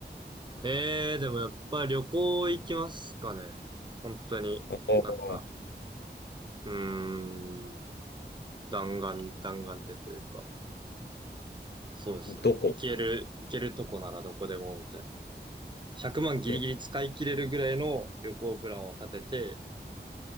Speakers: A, on the right; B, on the left.
A: えー、でもやっぱり旅行行きますかね。本当に、
B: あー
A: なんか、うーん、弾丸、弾丸でというか。そうですね。
B: どこ
A: いける、いけるとこならどこでもみたいな。100万ギリギリ使い切れるぐらいの旅行プランを立てて、
B: うん